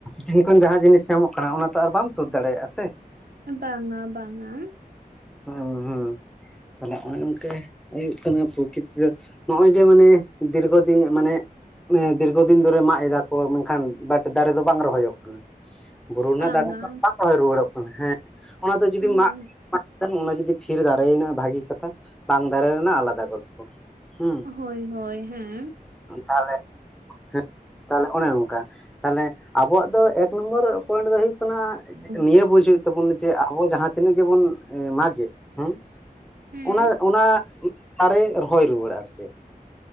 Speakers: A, in the centre; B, on the right (about 70°).
A: ᱛᱤᱱ ᱠᱷᱚᱱ ᱡᱟᱦᱟᱸ ᱡᱤᱱᱤᱥ ᱧᱟᱢᱚᱜ ᱠᱟᱱᱟ ᱚᱱᱟ ᱛᱚ ᱟᱨ ᱵᱟᱢ ᱥᱳᱫᱷ ᱫᱟᱲᱮᱭᱟᱜᱼᱟ ᱥᱮ
B: ᱵᱟᱝᱼᱟ ᱵᱟᱝᱼᱟ
A: <unintelligible> ᱛᱟᱦᱞᱮ ᱚᱱᱮ ᱚᱱᱠᱮ ᱦᱩᱭᱩᱜ ᱠᱟᱱᱟ ᱯᱨᱚᱠᱤᱛᱤ ᱫᱚ ᱱᱚᱜᱼᱚᱭ ᱡᱮ ᱢᱟᱱᱮ ᱫᱤᱨᱜᱷᱚ ᱫᱤᱱ ᱢᱟᱱᱮ ᱫᱤᱨᱜᱷᱚᱚᱫᱤᱱ ᱫᱷᱚᱨᱮ ᱢᱟᱜ ᱮᱫᱟ ᱠᱚ ᱢᱮᱱᱠᱷᱟᱱ ᱵᱟᱴ ᱫᱟᱨᱮ ᱫᱚ ᱵᱟᱝ ᱨᱚᱦᱚᱭᱚᱜ ᱠᱟᱱᱟ ᱵᱩᱨᱩ ᱨᱮᱱᱟᱜ
B: ᱵᱟᱝᱟ
A: ᱫᱟᱨᱮ ᱫᱚ <unintelligible> ᱨᱟᱠᱟᱵ ᱨᱩᱣᱟᱹᱲᱚᱜ ᱠᱟᱱᱟ ᱦᱮᱸ ᱾ ᱚᱱᱟ ᱫᱚ ᱡᱩᱫᱤ
B: ᱦᱳᱭ
A: ᱢᱟᱜ <unintelligible> ᱚᱱᱟ ᱡᱩᱫᱤ ᱯᱷᱤᱨ ᱫᱟᱨᱮᱭ ᱱᱟ ᱵᱷᱟᱹᱜᱤ ᱠᱟᱛᱷᱟ ᱵᱟᱝ ᱫᱟᱨᱮ ᱞᱮᱱᱟ ᱟᱞᱟᱫᱟ ᱜᱚᱞᱯᱚ <inaudible> ᱦᱩᱸ
B: ᱦᱳᱭ ᱦᱳᱭ ᱦᱮᱸ
A: ᱛᱟᱦᱚᱞᱮ ᱦᱮᱸ ᱛᱟᱦᱚᱞᱮ ᱚᱱᱮ ᱚᱝᱠᱟ ᱛᱟᱦᱞᱮ ᱟᱵᱚᱣᱟᱜ ᱫᱚ ᱮᱠ ᱱᱚᱢᱵᱚᱨ ᱯᱚᱭᱮᱱᱴ ᱫᱚ ᱦᱩᱭᱩᱜ ᱠᱟᱱᱟ
B: ᱦᱩᱸ
A: ᱠᱟᱱᱟ ᱱᱤᱭᱟᱹ ᱵᱩᱡ ᱦᱩᱭᱩᱜ ᱛᱟᱵᱚᱱᱟ ᱡᱮ ᱟᱵᱚ ᱡᱟᱦᱟᱸ ᱛᱤᱱᱟᱹᱜ ᱜᱮᱵᱚᱱ ᱢᱟᱜᱮᱫ ᱦᱮᱸ
B: ᱦᱮᱸ
A: ᱚᱱᱟ-ᱚᱱᱟ ᱫᱟᱨᱮ ᱨᱚᱦᱚᱭ ᱨᱩᱣᱟᱹᱲ ᱟᱨ ᱪᱮᱫ